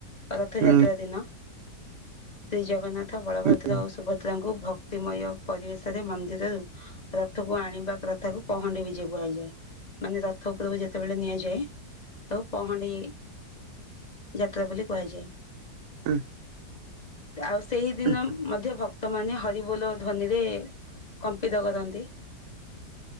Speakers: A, on the left (about 30°); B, on the right (about 75°).
A: ରଥଯାାତ୍ରା
B: ହୁଁ।
A: ଦିନ ଶ୍ରୀ ଜଗନ୍ନାଥ ବଳଭଦ୍ର
B: ହୁଁ
A: ଆଉ ସୁଭଦ୍ରାଙ୍କୁ ଭକ୍ତିମୟ ପରିବେଶରେ ମନ୍ଦିରରୁ ରଥକୁ ଆଣିବା ପ୍ରଥାକୁ ପହଣ୍ଡି ବିଜେ କୁହାଯାଏ। ମାନେ ରଥ ଉପରକୁ ଜେ ଯେତେବେଳେ ନିଆଯାଏ। ତ ପହଣ୍ଡି ଯାତ୍ରା ବୋଲି କୁହାଯାଏ।
B: <unintelligible>
A: ସେ ଆଉ ସେହିଦିନ
B: ହୁଁ
A: ମଧ୍ୟ ଭ ଭକ୍ତମାନେ ହରିବୋଲ ଧ୍ୱନିରେ କମ୍ପିିତ କରନ୍ତି।